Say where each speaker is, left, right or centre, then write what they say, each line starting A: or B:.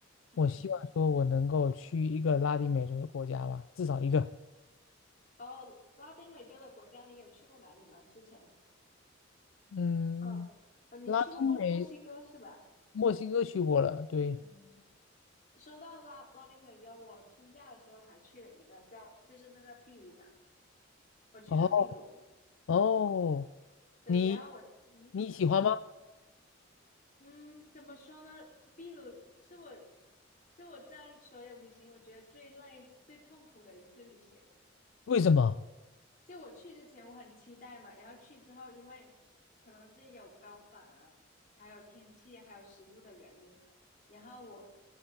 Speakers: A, on the left; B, on the left.
A: 嗯，
B: 我希望说我能够去一个拉丁美洲的国家吧，至少一个。
A: 哦，拉丁美洲的国家你有去过哪里吗？之前？
B: 嗯，
A: 嗯，呃你去过墨墨西哥是吧？
B: 拉丁美墨西哥去过了，对。
A: 嗯，说到拉拉丁美洲，我春假的时候我还去了一个叫，就是那个秘鲁嘛，我去的秘鲁。
B: 哦哦，
A: 对，
B: 你
A: 然后我，嗯，
B: 你喜欢吗？
A: 你说，嗯，怎么说呢？秘鲁是我是我在所有旅行我觉得最累、最痛苦的一次旅行。
B: 为什么？
A: 就我去之前我很期待嘛，然后去之后，因为可能是有高反啊，还有天气啊，还有食物的原因，然后我